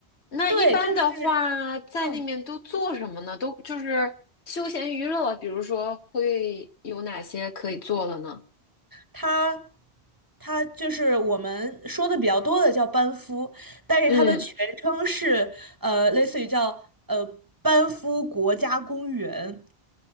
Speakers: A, on the left; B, on the right.
A: 那一般的话，
B: 对，就是。
A: 在那面都做什么呢？
B: 嗯。
A: 都就是休闲娱乐，比如说会有哪些可以做的呢？
B: 它它就是我们说的比较多的叫班夫，但是它的全称是呃，
A: 嗯，
B: 类似于叫呃班夫国家公园，